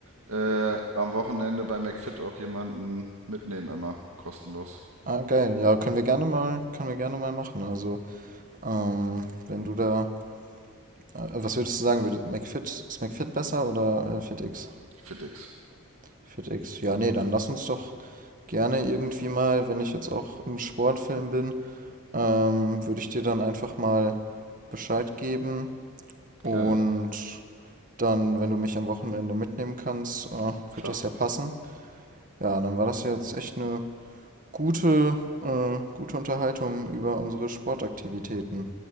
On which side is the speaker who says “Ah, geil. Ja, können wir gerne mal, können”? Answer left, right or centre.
Right